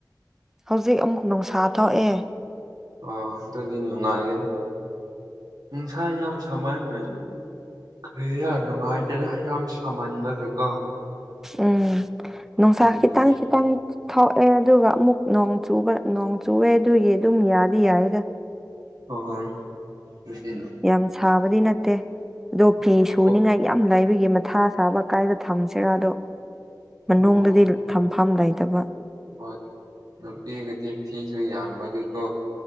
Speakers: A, in the centre; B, on the right.
A: ꯍꯧꯖꯤꯛ ꯑꯃꯨꯛ ꯅꯨꯡꯁꯥ ꯊꯣꯛꯑꯦ
B: ꯑ ꯑꯗꯨꯗꯤ ꯅꯨꯡꯉꯥꯏꯒꯅꯤ ꯅꯨꯡꯁꯥ ꯌꯥꯝ ꯁꯥꯃꯟꯕꯁꯨ ꯀꯔꯤꯔꯥ ꯅꯨꯡꯉꯥꯏꯖꯔꯦ ꯌꯥꯝ ꯁꯥꯃꯟꯕꯒꯤꯀꯣ
A: ꯎꯝ ꯅꯨꯡꯁꯥ
B: ꯎꯝ
A: ꯈꯤꯇꯪ ꯈꯤꯇꯪ ꯊꯣꯛꯑꯦ ꯑꯗꯨꯒ ꯑꯃꯨꯛ ꯅꯣꯡ ꯆꯨꯕ ꯅꯣꯡ ꯆꯨꯑꯦ ꯑꯗꯨꯒꯤ ꯑꯗꯨꯝ ꯌꯥꯗꯤ ꯌꯥꯏꯌꯦꯗ
B: ꯍꯣꯏ <unintelligible>
A: ꯌꯥꯝ ꯁꯥꯕꯗꯤ ꯅꯠꯇꯦ ꯑꯗꯣ
B: ꯑꯩꯈꯣꯏ
A: ꯐꯤ ꯁꯨꯅꯤꯉꯥꯏ ꯌꯥꯝ ꯂꯩꯕꯒꯤ ꯃꯊꯥ ꯁꯥꯕ ꯀꯥꯏꯗ ꯊꯝꯁꯤꯔꯥꯗꯣ ꯃꯅꯨꯡꯗꯗꯤ
B: ꯑꯣ
A: ꯊꯝꯐꯝ ꯂꯩꯇꯕ
B: ꯍꯣꯏ ꯅꯨꯄꯤꯒꯤꯗꯤ ꯐꯤꯁꯨ ꯌꯥꯝꯕꯒꯤꯀꯣ